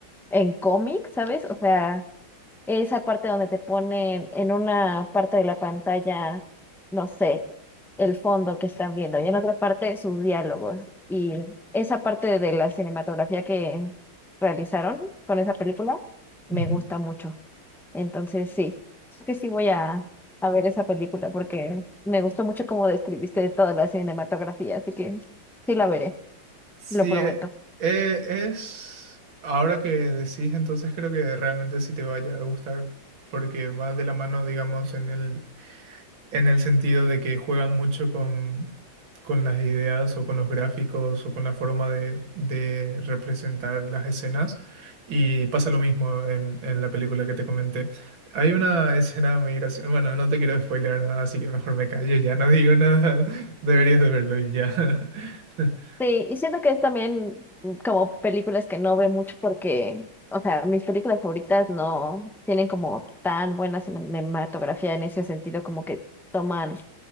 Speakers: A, in the centre; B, on the right.
A: en cómic, ¿sabes? O sea, esa parte donde te ponen en una parte de la pantalla, no sé, el fondo que están viendo y en otra parte sus diálogos. Y esa parte de la cinematografía que realizaron con esa película me
B: Ujú.
A: gusta mucho. Entonces, sí, creo que sí voy a, a ver esa película porque me gustó mucho cómo describiste toda la cinematografía, así que sí la veré,
B: Sí,
A: lo prometo.
B: eh, eh, es... Ahora que decís, entonces creo que realmente sí te vaya a gustar, porque va de la mano, digamos, en el, en el sentido de que juegan mucho con, con las ideas o con los gráficos o con la forma de, de representar las escenas. Y pasa lo mismo en, en la película que te comenté. Hay una escena muy graciosa. Bueno, no te quiero spoilear nada, así que mejor me callo, ya no digo nada. <laughs> Deberías de verlo y ya. <laughs>
A: Sí, y siento que es también como películas que no veo mucho porque, o sea, mis películas favoritas no tienen como tan buena cinematografía en ese sentido, como que toman